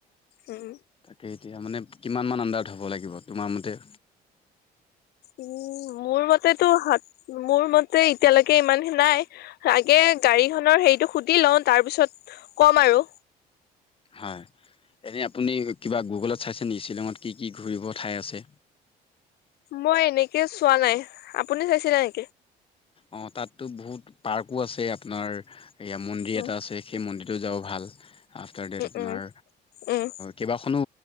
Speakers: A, on the left (about 70°); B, on the left (about 30°).
A: উম।
B: তাকেই এতিয়া, মানে কিমান মান আণ্ডাৰত হ'ব লাগিব, তোমাৰ মতে?
A: উম, মোৰ মতেতো হত মোৰ মতে এতিয়ালৈকে ইমান নাই। আগে গাড়ীখনৰ হেৰিটো সুধি লওঁ, তাৰপিছত ক'ম আৰু।
B: হয়, এনেই আপুনি কিবা গুগলত চাইছে নেকি, শ্বিলংত কি কি ঘূৰিব ঠাই আছে?
A: মই এনেকে চোৱা নাই, আপুনি চাইছিলে নেকি?
B: অ', তাততো বহুত পাৰ্কো আছে আপোনাৰ, এইয়া মন্দিৰ
A: উম
B: এটা আছে। সেই মন্দিৰটোত যাওঁ ভাল, আফটাৰ ডেট আপোনাৰ
A: উম উম
B: কেইবাখনো